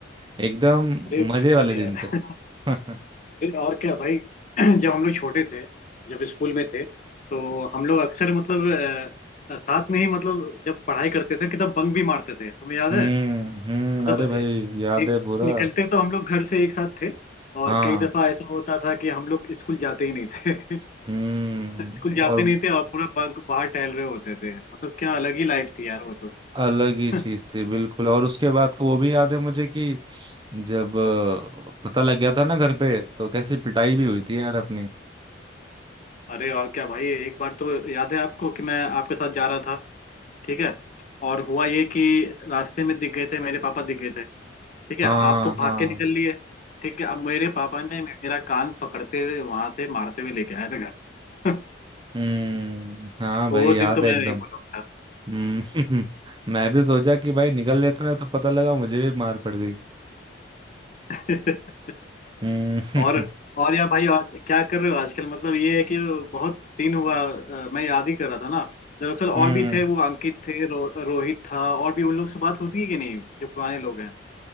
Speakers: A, on the right; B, on the left.
A: एकदम
B: अरे
A: मजे
B: बिल्कुल
A: वाले दिन
B: यार
A: थे <laughs> हम्म
B: अरे और क्या भाई <clears throat> जब हम लोग छोटे थे जब स्कूल में थे तो हम लोग अक्सर मतलब अ, साथ में ही मतलब जब पढ़ाई करते थे कि तब बंक भी मारते थे तुम्हें याद है
A: हम्म
B: मतलब
A: अरे
B: अ,
A: भाई याद
B: नि,
A: है पूरा
B: निकलते तो हम लोग घर से एक साथ थे और
A: हाँ
B: कई दफा ऐसा होता था कि हम लोग स्कूल जाते ही नहीं थे
A: हम्म
B: <laughs> स्कूल जाते
A: और
B: नहीं थे और पूरा बंक बाहर टहल रहे होते थे मतलब क्या अलग ही लाइफ थी यार वो तो
A: अलग ही चीज
B: <laughs>
A: थी बिल्कुल और उसके बाद का वो भी याद है मुझे कि जब अ, पता लग गया था ना घर पे तो कैसी पिटाई भी हुई थी यार अपनी
B: अरे और क्या भाई एक बार तो याद है आपको कि मैं आपके साथ जा रहा था ठीक है और हुआ ये कि रास्ते में दिख गए थे मेरे पापा दिख गए थे ठीक है
A: हाँ
B: आप तो
A: हाँ
B: भाग के निकल लिए ठीक है अब मेरे पापा ने मेरा कान पकड़ते हुए वहां से मारते हुए लेके आए थे घर <laughs>
A: हम्म हाँ
B: वो
A: भाई याद
B: दिन तो
A: है
B: मैं
A: एकदम
B: नहीं भूलूंगा
A: हम्म <laughs> मैं भी सोचा कि भाई निकल लेते ना तो पता लगा मुझे भी मार पड़ गई
B: <laughs> हाँ।
A: हम्म
B: <laughs> और
A: <laughs>
B: और यार भाई आज क्या कर रहे हो आजकल मतलब ये है कि बहुत दिन हुआ अ, मैं याद ही कर रहा था ना दरअसल और
A: हम्म
B: भी थे वो अंकित थे रो, रोहित था और भी उन लोग से बात होती है कि नहीं जो पुराने लोग हैं